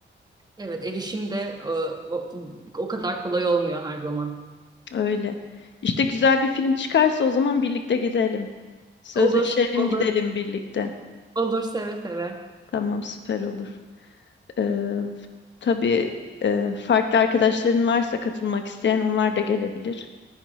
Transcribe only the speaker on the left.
Öyle. İşte güzel bir film çıkarsa o zaman birlikte gidelim. Sözleşelim
gidelim birlikte.
Tamam, süper olur. Ee, tabii e, farklı arkadaşların varsa katılmak isteyen onlar da gelebilir.